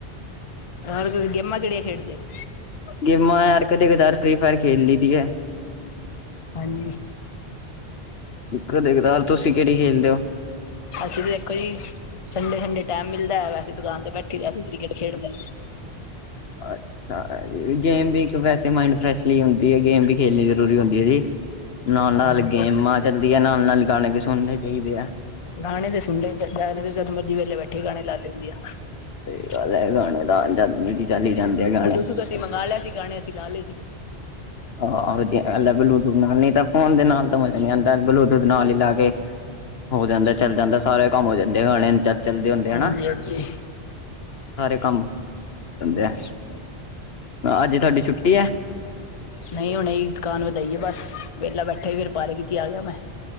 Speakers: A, on the left; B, on the left.
A: ਹੋਰ ਗ ਗੇਮਾਂ ਕਿਹੜੀਆਂ ਖੇਡਦੇ ਹੋ
B: ਗੇਮਾਂ ਯਾਰ ਕਦੇ ਕਦਾਰ ਫਰੀ ਫਾਇਰ ਖੇਡ ਲਈ ਦੀ ਐ।
A: ਹਾਂਜੀ
B: ਕਦੇ ਕਦਾਰ ਤੁਸੀਂ ਕਿਹੜੀ ਖੇਲਦੇ ਹੋ?
A: ਅਸੀਂ ਵੀ ਦੇਖੋ ਜੀ ਸੰਡੇ ਸੰਡੇ ਟਾਈਮ ਮਿਲਦਾ ਐ ਵੈਸੇ ਦੁਕਾਨ ਤੇ ਬੈਠੀ ਅਸੀਂ ਕ੍ਰਿਕਟ ਖੇਡਦੇ ਆ।
B: ਅੱਛਾ ਜੀ ਗੇਮ ਵੀ ਇੱਕ ਵੈਸੇ ਮਾਇੰਡ ਫਰੈਸ਼ ਲਈ ਹੁੰਦੀ ਐ ਗੇਮ ਵੀ ਖੇਲ ਜਰੂਰੀ ਹੁੰਦੀ ਐ ਜੀ ਨਾਲ-ਨਾਲ
A: ਹਾਂ
B: ਗੇਮਾਂ ਚੱਲਦੀ ਐ ਨਾਲ-ਨਾਲ ਗਾਣੇ ਵੀ ਸੁਣਨੇ ਚਾਹੀਦੇ ਆ
A: ਗਾਣੇ ਤੇ ਸੁਣੇ ਗਾਣੇ ਜਦ ਮਰਜ਼ੀ ਵੇਹਲੇ ਬੈਠੇ ਗਾਣੇ ਲਾ ਲੈਂਦੀ ਆ
B: ਸਹੀ ਗੱਲ ਐ ਗਾਣੇ ਤਾਂ ਜਦ ਮਰਜੀ ਚੱਲ ਹੀ ਜਾਂਦੇ ਆ ਗਾਣੇ
A: ਬਲੂਥੂਥ ਅਸੀਂ ਮੰਗਵਾ ਲਿਆ ਸੀ ਗਾਣੇ ਅਸੀਂ ਲਾ ਲਏ ਸੀ।
B: ਆਹੋ ਵਧੀਆ ਗੱਲ ਹੈ ਬਲੂਟੂਥ ਨਾਲ ਨਹੀਂ ਤਾਂ ਫੋਨ ਦੇ ਨਾਲ ਤਾਂ ਮਜ਼ਾ ਨਹੀਂ ਆਉਂਦਾ ਬਲੂਟੂਥ ਨਾਲ ਹੀ ਲਾ ਕੇ ਹੋ ਜਾਂਦਾ ਚੱਲ ਜਾਂਦਾ ਸਾਰੇ ਕੰਮ ਹੋ ਜਾਂਦੇ ਗਾਣੇ ਚੱਲਦੇ ਹੁੰਦੇ ਹਨਾ
A: ਹਾਂਜੀ <unintelligible>
B: ਸਾਰੇ ਕੰਮ ਹੁੰਦੇ ਆ ਅੱਜ ਤੁਹਾਡੀ ਛੁੱਟੀ ਹੈ।
A: ਨਹੀਂ ਹੁਣੇ ਹੀਂ ਦੁਕਾਨ ਵਧਈਏ ਬਸ ਵੇਹਲਾ ਬੈਠੇ ਹੀ ਫੇਰ ਪਾਰਕ ਚ ਹੀ ਆ ਗਿਆ ਮੈਂ